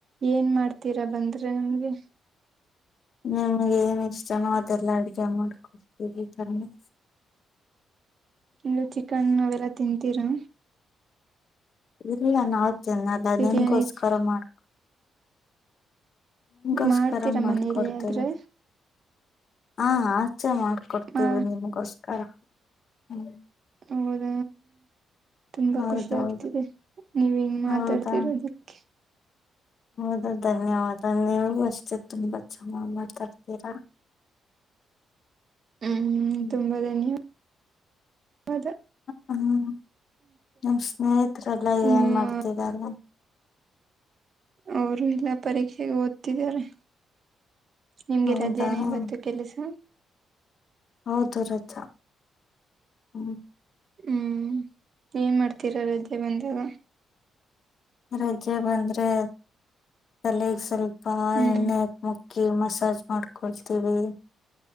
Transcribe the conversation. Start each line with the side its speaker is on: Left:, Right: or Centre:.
Right: ಏನ್ ಮಾಡ್ತೀರಾ ಬಂದ್ರೆ ನಮ್ಗೆ,
Left: ನಿಮ್ಗೆ ಏನ್ ಇಷ್ಟನೋ ಅದೆಲ್ಲ ಅಡ್ಗೆ ಮಾಡ್ಕೊಡ್ತೀವಿ ಬನ್ನಿ.
Right: ಇನ್ನು ಚಿಕನ್ ಅವೆಲ್ಲಾ ತಿಂತೀರಾ,
Left: ಇಲ್ಲ ನಾವ್ ತಿನ್ನಲ್ಲ
Right: ಬಿರಿಯಾನಿ
Left: ನಿಮ್ಗೋಸ್ಕರ ಮಾಡ್ಕ, ನಿಮ್ ಗೋಸ್ಕರ
Right: ಮಾಡ್ತೀರಾ
Left: ಮಾಡ್ಕೊಡ್ತೇವಿ.
Right: ಮನೆಯಲ್ಲಿ ಆದ್ರೆ
Left: ಹಾ ಆಚೆ ಮಾಡ್ಕೊಡ್ತೇವಿ
Right: ಮಾ
Left: ನಿಮ್ಗೋಸ್ಕರ. ಹ್ಮ್
Right: ಹೌದ, ತುಂಬಾ
Left: ಹೌದೌದು
Right: ಖುಷಿ ಆಗ್ತಿದೆ ನೀವ್ ಹಿಂಗ್ ಮಾತಾಡ್ತಿರೋದಿಕ್ಕೆ
Left: ಹೌದಾ ಹೌದಾ ಧನ್ಯವಾದ ನೀವು ಅಷ್ಟೇ ತುಂಬಾ ಚೆನ್ನಾಗ್ ಮಾತಾಡ್ತೀರಾ
Right: ಹ್ಮ್್ಮ
Left: ಹ್ಮ್
Right: ತುಂಬಾ ಧನ್ಯವಾದ ವಾದ
Left: ಹ್ಮ್ ನನ್ ಸ್ನೇಹಿತ್ರೆಲ್ಲ
Right: ನಿಮ್ಮ
Left: ಏನ್ ಮಾಡ್ತಿದ್ದಾರೆ
Right: ಅವರು ಇಲ್ಲೆ ಪರೀಕ್ಷೆಗೆ ಓದ್ತಿದ್ದಾರೆ ನಿಮ್ಗೆ
Left: ಹೌದಾ
Right: ರಜೇನ ಇವತ್ತು ಕೆಲ್ಸ
Left: ಹೌದು ರಜ ಹ್ಮ್
Right: ಹ್ಮ್ ಏನ್ ಮಾಡ್ತೀರಾ ರಜೆ ಬಂದಾಗ
Left: ರಜೆ ಬಂದ್ರೆ ತಲೆಗ್ ಸ್ವಲ್ಪ
Right: ಹ್ಮ್
Left: ಎಣ್ಣೆ ಹಾಕಿ ಮಸಾಜ್ ಮಾಡ್ಕೊಳ್ತೀವಿ